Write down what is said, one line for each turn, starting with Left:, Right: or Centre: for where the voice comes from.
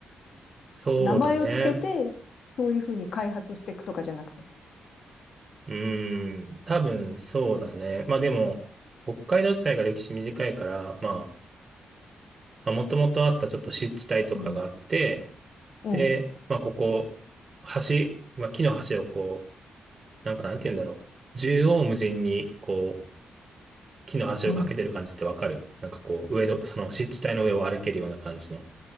Right: そうだね。
Left: 名前をつけて、そういうふうに開発していくとかじゃなくて。
Right: うーん、多分そうだね。まあでも、北海道自体が歴史短いから、まあ、もともとあったちょっと湿地帯とかがあって、
Left: うん。うん。
Right: で、まあ、ここ、橋、まあ、木の橋をこう、なんかなんて言うんだろう。縦横無尽に、こう、木の橋をかけてる感じってわかるなんかこう、
Left: うん。
Right: 上の、その湿地帯の上を歩けるような感じの。